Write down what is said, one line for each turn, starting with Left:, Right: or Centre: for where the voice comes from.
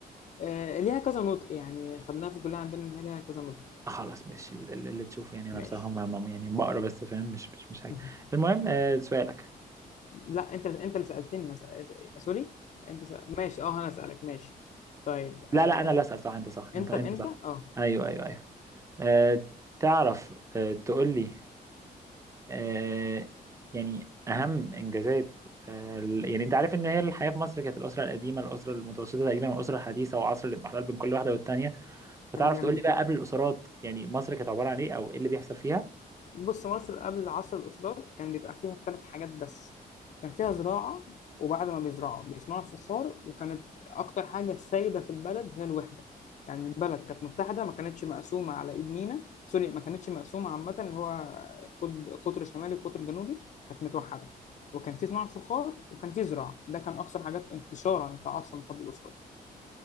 Left: آه، ليها كذا نطق يعني خدناها في الكلية عندنا إن هي ليها كذا نطق
Right: آه خلاص ماشي ال- ال- اللي تشوفه يعني انا
Left: ماشي
Right: بصراحة ما ما- يعني بقرا بس فاهم مش مش مش حاجة
Left: مهم.
Right: المهم آه سؤالك
Left: لا أنت أنت اللي سألتني هس- هس- سوري أنت سأل... ماشي أه أنا أسألك ماشي طيب
Right: لا
Left: آه،
Right: لا انا اللي اسأل صح انت صح انت
Left: أنت
Right: انت
Left: أنت
Right: صح
Left: أه
Right: ايوه ايوه ايوه آه تعرف آه تقول لي آه يعني اهم انجازات آه ال- يعني انت عارف ان هي الحياة في مصر كانت الاسرة القديمة الاسرة المتوسطة تقريبا والاسرة الحديثة وعصر الاضمحلال بين كل واحدة والتانية فتعرف
Left: كلام جميل
Right: تقول لي بقى قبل الاسرات يعني مصر كانت عباره عن ايه او ايه اللي بيحصل فيها
Left: بص مصر قبل عصر الأسرات كان بيبقى فيها ثلاث حاجات بس كان فيها زراعة وبعد ما بيزرعوا بيصنعوا فخار وكانت أكتر حاجة سائدة في البلد هي الوحدة يعني البلد كانت متحدة ما كانتش مقسومة على إيد مينا سوري ما كانتش مقسومة عامة اللي هو قطب قطر شمالي وقطر جنوبي كانت متوحدة وكان في صناعة فخار وكان في زراعة ده كان أكثر حاجات انتشارا في عصر من قبل الأسرات